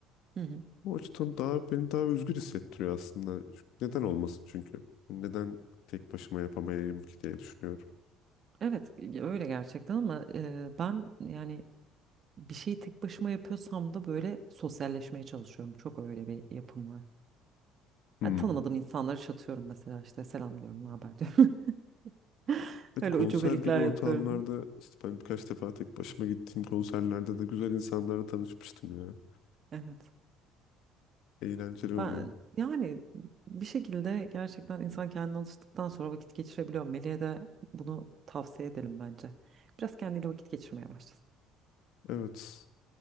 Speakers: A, on the right (about 45°); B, on the left (about 60°).
A: Hı hı.
B: Bu açıdan daha beni daha özgür hissettiriyor aslında. Neden olmasın çünkü? Hani Neden tek başıma yapamayayım ki diye düşünüyorum.
A: Evet ge- öyle gerçekten ama e, ben yani bir şeyi tek başıma yapıyorsam da böyle sosyalleşmeye çalışıyorum. Çok öyle bir yapım var.
B: Hmm.
A: Yani tanımadığım insanları çatıyorum mesela işte selam diyorum, ne haber diyorum. <laughs>
B: Evet
A: Öyle
B: konser
A: ucubelikler
B: gibi ortamlarda
A: yapıyorum.
B: işte ben birkaç defa tek başıma gittiğim konserlerde de güzel insanlarla tanışmıştım ya.
A: Evet.
B: Eğlenceli oluyor.
A: Ben yani bir şekilde gerçekten insan kendine alıştıktan sonra vakit geçirebiliyor. Melih'e de bunu tavsiye edelim bence. Biraz kendiyle vakit geçirmeye başlasın.
B: Evet